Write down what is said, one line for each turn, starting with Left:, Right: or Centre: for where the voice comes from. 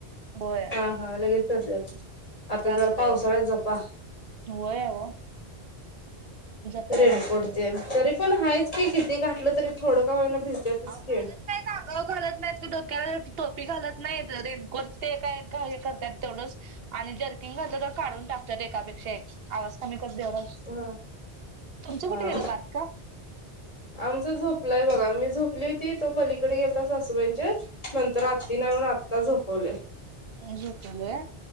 Right: होय
Left: हा हा लगेच तसलच आता
Right: त्रास
Left: जरा
Right: होतोय
Left: पावसाळ्यात जपा.
Right: होय ओ जपाय
Left: रेनकोटतेन
Right: लागतय
Left: तरीपण हायचकी किती घाठलं तरी थोडंका होईना. भिजत्यातच
Right: आओ घालत
Left: की
Right: नायत अंगाव घालत नायत का डोक्याल टोपी घालत नाईत रेनकोट ते काय? <unintelligible> करत्यात तेवढंच आणी जर्कीन घातलतर काढून टाकत्यात एकापेक्षा एक आवाज कमी कर देवराज
Left: हा
Right: तुमचं
Left: हा
Right: कुठ गेलं बारकं?
Left: आमचा झोपलाय बघा मी झोपली होती तो पलीकड गेलता सासूबाईंच्यात नंतर आत्तीन आणून आत्ता झोपवलय.
Right: <unintelligible> झोपवलय.